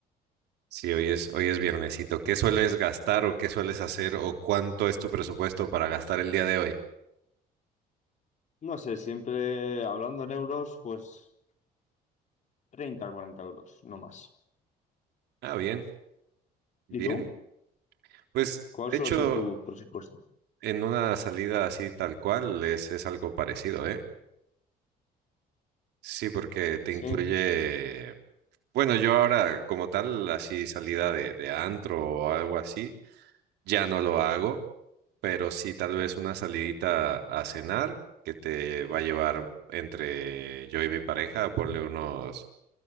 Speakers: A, on the right; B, on the left.
A: Si hoy es, hoy es viernesito, ¿qué sueles gastar o qué sueles hacer o cuánto es tu presupuesto para gastar el día de hoy?
B: No sé, siempre hablando en euros, pues 30, 40 euros, no más.
A: Ah, bien, bien.
B: ¿Y tú?
A: Pues,
B: ¿Cuál
A: de
B: suele
A: hecho...
B: ser tu presupuesto?
A: En una salida así tal cual es, es algo parecido, ¿eh? Sí, porque te
B: Sí,
A: incluye, bueno, yo ahora como tal, así salida de, de antro o algo así, ya no lo hago, pero sí tal vez una salidita a cenar que te va a llevar entre yo y mi pareja, ponle unos